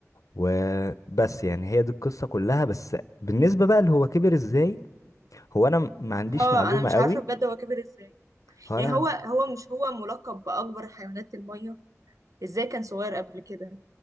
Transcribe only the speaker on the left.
وبس يعني هي دي القصة كلها بس بالنسبة بقى اللي هو كبر ازاي هو انا م- ما عنديش
معلومة
قوي
هو
انا